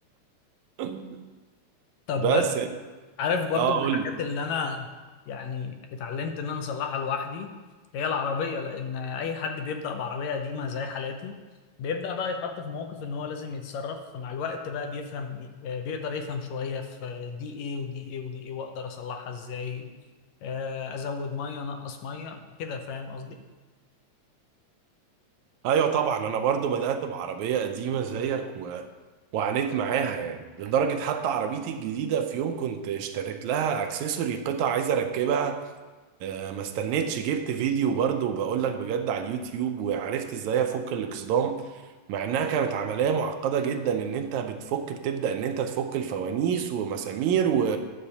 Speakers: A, on the right; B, on the left.
A: <laughs>
B: طب
A: بس
B: عارف برضو
A: اه
B: من
A: قول
B: الحاجات
A: لي
B: اللي انا يعني اتعلمت ان انا اصلحها لوحدي هي العربيه لان اي حد بيبدا بعربيه قديمه زي حالاتي بيبدا بقى يتحط في موقف ان هو لازم يتصرف فمع الوقت بقى بيفهم آه، بيقدر يفهم شويه في دي ايه ودي ايه ودي ايه واقدر اصلحها ازاي آه، ازود ميه انقص ميه كده فاهم قصدي
A: ايوه طبعا انا برضو بدات بعربيه قديمه زيك و... وعانيت معاها يعني لدرجه حتى عربيتي الجديده في يوم كنت اشتريت لها اكسسوري قطع عايز اركبها آه، ما استنيتش جبت فيديو برضه وبقول لك بجد على اليوتيوب وعرفت ازاي افك الاكسدام مع انها كانت عملية معقدة جدا ان انت بتفك بتبدأ ان انت تفك الفوانيس ومسامير و...